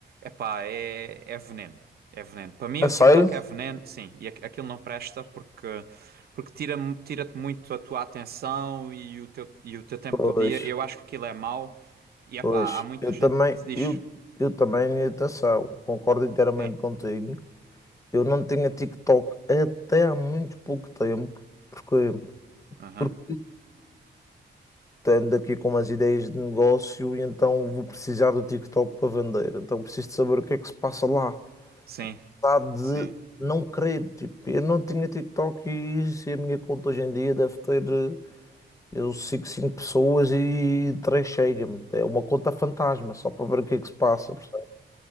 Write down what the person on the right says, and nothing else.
epá, é, é veneno. É veneno. Para mim,
o
TikTok é veneno, sim, e aqu- aquilo não presta porque, porque tira, tira-te muito a tua atenção e o teu, e o teu tempo
do dia. Eu acho que aquilo é mau e
epá, há muita
gente
que diz.
Sim,
aham,
sim,
sim.